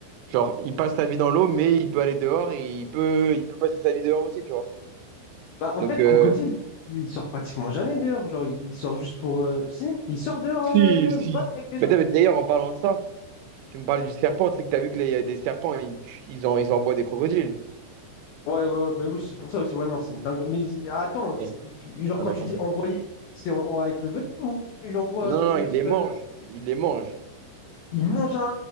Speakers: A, on the right; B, on the left.
A: Genre, il passe sa vie dans l'eau, mais il peut aller dehors et il peut, il peut passer sa vie dehors aussi, tu vois.
B: Bah, en
A: Donc,
B: vrai, le
A: euh,
B: crocodile, il sort pratiquement jamais dehors. Genre, il il sort juste pour. euh, Si, il sort dehors
A: si,
B: euh,
A: si.
B: se battre avec les gens.
A: Mais t'as- mais d'ailleurs, en parlant de ça, tu me parlais du serpent, tu sais que t'as vu qu'il y a des serpents, ils, ils, en, ils envoient des crocodiles.
B: Ouais, ouais, ouais, bah oui, c'est pour ça aussi. Ouais, non, c'est une dingue. Mais j- attends, c'est-
A: Ouais.
B: genre
A: Anaconda.
B: quand tu dis envoyer, c'est en- en- avec le venin ou il envoie
A: Non,
B: dans
A: non,
B: une
A: ils
B: autre.
A: les mangent.
B: euh,
A: Ils les mangent.
B: Il mange un,